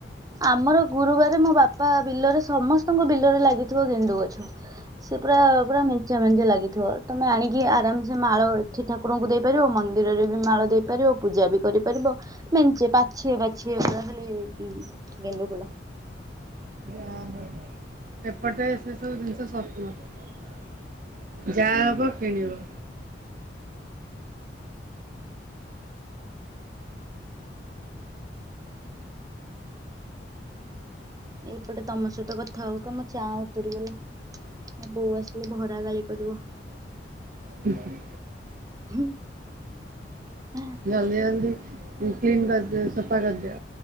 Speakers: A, on the right; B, on the right.
A: ଆମର ଗୁରୁବାର ମୋ ବାପା ବିଲରେ ସମସ୍ତଙ୍କ ବିଲରେ ଲାଗିଥିବ ଗେଣ୍ଡୁ ଗଛ। ସେ ପୁରା ପୁରା ମେଞ୍ଚା ମେଞ୍ଚା ଲାଗିଥିବ। ତୋମେ ଆଣିକି ଆରାମସେ ମାଳ ଠି ଠାକୁରଙ୍କୁ ଦେଇପାରିବ। ମନ୍ଦିରରେ ବି ମାଳ ଦେଇପାରିବ, ପୂଜା ବି କରିପାରିବ। ମେଞ୍ଚେ ପାଛିଏ ପାଛିଏ ପୁରା ଖାଲି ଉଁ, ଗେଣ୍ଡୁ ଫୁଲ।
B: ଯା ହଉ। ଏପଟେ ସେ ସବୁ ଜିନିଷ ସ୍ୱପ୍ନ। ଯାହା ହବ କିଣିବ।
A: ଏଇପଟେ ତୋମ ସହିତ କଥା ହଉକ ମୋ ଚା ଉତରିଗଲା। ମୋ ବୋଉ ଆସିଲେ ଭରା ଗାଳି କରିବ।
B: ହୁଁ, ହୁଁ।
A: ହୁଁ। ଆହା।
B: ଜଲଦି ଜଲଦି ଉଁ, କ୍ଲିନ୍ କରଦିଅ, ସଫା କରଦିଅ।